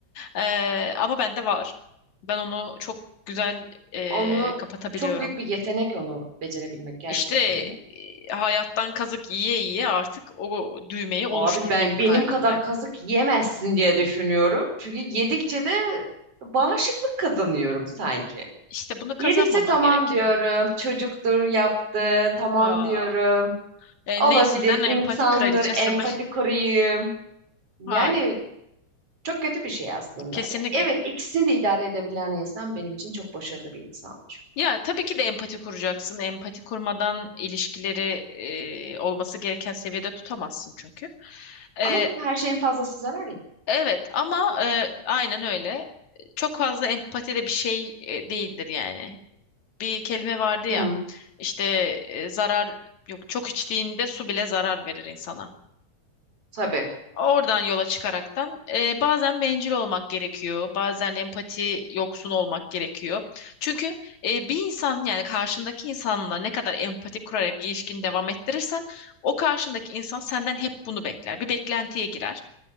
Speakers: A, on the left (about 65°); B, on the right (about 45°).
A: E, ama bende var. Ben onu çok güzel e,
B: Onu
A: kapatabiliyorum.
B: çok büyük bir yetenek onu becerebilmek gerçekten
A: İşte e,
B: de.
A: hayattan kazık yiye yiye artık o düğmeyi oluşturdum
B: Abi ben benim
A: kalbimde.
B: kadar kazık yemezsin diye düşünüyorum. Çünkü yedikçe de bağışıklık kazanıyorum sanki.
A: İşte bunu kazanmaman
B: Yedikçe tamam
A: gerekiyor.
B: diyorum. Çocuktur yaptı. Tamam
A: Aa.
B: diyorum.
A: E,
B: Olabilir
A: neysin sen
B: insandır.
A: empati kraliçesi
B: Empati
A: mi?
B: kurayım. Yani
A: <laughs> Hayır,
B: çok kötü bir şey aslında.
A: kesinlikle.
B: Ya evet ikisini de idare edebilen insan benim için çok başarılı bir insandır.
A: Ya tabii ki de empati kuracaksın. Empati kurmadan ilişkileri e, olması gereken seviyede tutamazsın çünkü. E,
B: Ama her şeyin fazlası zarar ya.
A: evet ama e, aynen öyle. Çok fazla empati de bir şey e, değildir yani. Bir kelime vardı
B: Hı,
A: ya işte e, zarar yok çok içtiğinde su bile zarar verir insana.
B: tabii.
A: Oradan yola çıkaraktan e, bazen bencil olmak gerekiyor, bazen empati yoksun olmak gerekiyor. Çünkü e, bir insan yani karşındaki insanla ne kadar empati kurarak ilişkini devam ettirirsen o karşındaki insan senden hep bunu bekler. Bir beklentiye girer.